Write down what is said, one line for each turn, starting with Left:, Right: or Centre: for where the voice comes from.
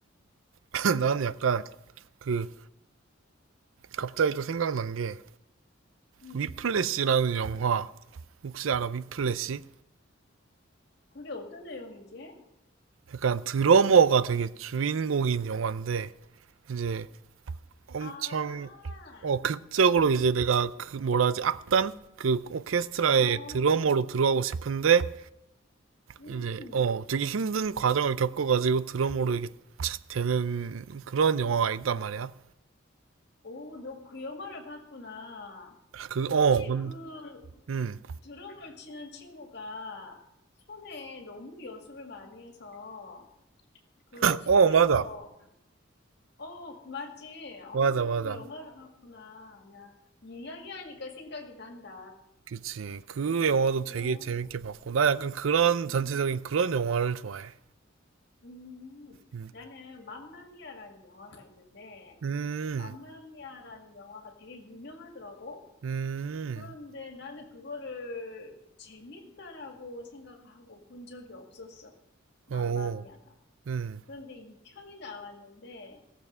Right: <laughs> 나는 약간 그 갑자기 또 생각난 게
Left: 음.
Right: 위플래시라는 영화 혹시 알아? 위플래시?
Left: 그게 어떤 내용이지?
Right: 약간 드러머가 되게 주인공인 영화인데 이제 엄청
Left: 아.
Right: 어 극적으로 이제 내가 그 뭐라 하지 악단 그 오케스트라의
Left: 어.
Right: 드러머로 들어가고 싶은데
Left: 음.
Right: 이제 어 되게 힘든 과정을 겪어가지고 드러머로 이게 착 되는 그런 영화가 있단 말이야.
Left: 오, 너 그 영화를 봤구나.
Right: 그 어
Left: 혹시
Right: 근데
Left: 네. 그
Right: 음.
Left: 드럼을 치는 친구가 손에 너무 연습을 많이 해서 그 손에서
Right: 어, 맞아.
Left: 어, 맞지? 어,
Right: 맞아, 맞아.
Left: 그 영화를 봤구나. 야, 이야기하니까 생각이 난다.
Right: 그치. 그
Left: 어,
Right: 영화도 되게
Left: 오,
Right: 재밌게
Left: 네.
Right: 봤고. 나 약간 그런,
Left: 음,
Right: 전체적인 그런 영화를 좋아해.
Left: 음.
Right: 음,
Left: 나는 맘마미아라는 영화가 있는데
Right: 음,
Left: 맘마미아라는 영화가 되게 유명하더라고.
Right: 음,
Left: 그런데 나는 그거를 재밌다라고 생각하고 본 적이 없었어. 맘마미아가.
Right: 어, 음,
Left: 그런데 2편이 나왔는데